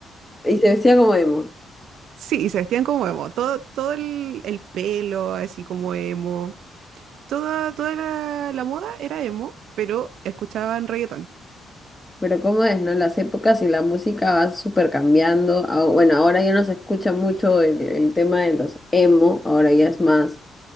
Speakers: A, on the left; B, on the right.
A: y se decía como emo.
B: Sí, y se vestían como emo. Todo, todo el, el pelo, así como emo. Toda, toda la, la moda era emo, pero escuchaban reggaetón.
A: Pero cómo es, ¿no? Las épocas y la música va súper cambiando. Ah, Bueno, ahora ya no se escucha mucho el, el tema de los emo, ahora ya es más